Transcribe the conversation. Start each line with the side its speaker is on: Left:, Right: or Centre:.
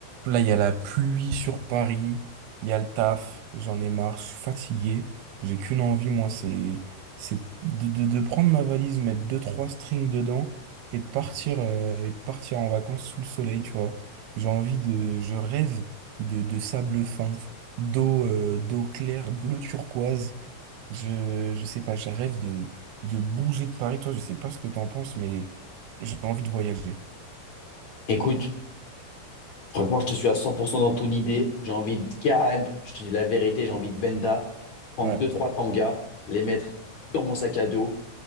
Right: Là, il y a la pluie sur Paris, il y a le taf, j'en ai marre, je suis fatigué. J'ai qu'une envie, moi, c'est c'est de, de, de prendre ma valise, mettre deux, trois strings dedans et de partir, euh, et de partir en vacances sous le soleil, tu vois. J'ai envie de, je rêve de, de sable fin, d'eau euh, d'eau claire, bleu turquoise. Je, je sais pas, je rêve de, de bouger de Paris. Toi, je sais pas ce que t'en penses, mais j'ai envie de voyager.
Left: Écoute, franchement, je te suis à 100% dans ton idée. J'ai envie de Kaab, je te dis la vérité, j'ai
Right: Ouais.
Left: envie de Benda, prendre
Right: Ouais.
Left: deux, trois tangas, les mettre dans mon sac à dos,